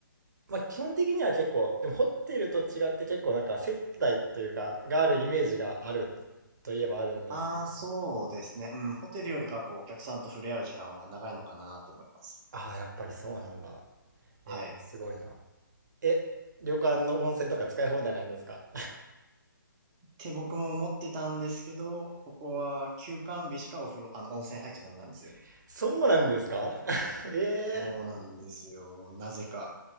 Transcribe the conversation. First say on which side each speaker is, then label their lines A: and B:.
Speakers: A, on the right; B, on the right.
A: まあ、基本的には結構、でもホテルと違って結構なんか接待というか、があるイメージがあるといえばあるんですけど。
B: ああ、そうですね。うん、ホテルよりかは、こう、お客さんと触れ合う時間は長いのかなと思います。
A: ああ、やっぱりそうなんだ。
B: はい。
A: えー、すごいな。え、旅館の温泉とか使い放題なんですか
B: て僕も思ってたんですけど、ここは休館日しかお風呂、あの、温泉入っちゃダメなんですよ。
A: <laughs> そうなんですか <laughs> ええ
B: そうなんですよ。なぜか。